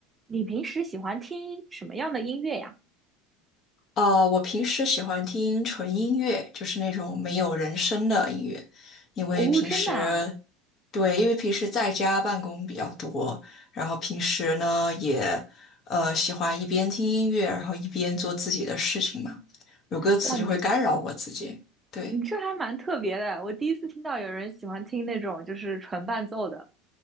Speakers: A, on the right; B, on the left.
A: 你平时喜欢听什么样的音乐呀？
B: 哦，我平时喜欢听纯音乐，就是那种没有人声的音乐，因为平时，
A: 哦，真的啊，
B: 对，因为平时在家办公比较多，然后平时呢也，呃，喜欢一边听音乐，然后一边做自己的事情嘛，有歌词就会干扰我自己。
A: 哇，你这
B: 对，
A: 你这还蛮特别的，我第一次听到有人喜欢听那种就是纯伴奏的，